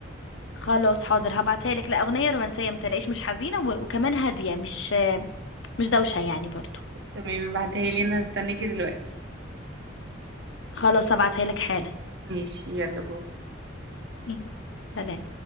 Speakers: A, on the left (about 75°); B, on the right (about 65°).
A: خلاص حاضر هبعتها لك لا اغنيه رومانسيه متلاقيش مش حزينه و... وكمان هاديه مش مش دوشه يعني برضو
B: تمام ابعتها لي انا هستناكي دلوقتي
A: خلاص هبعتها لك حالا
B: ماشي يلا باي
A: مم. سلام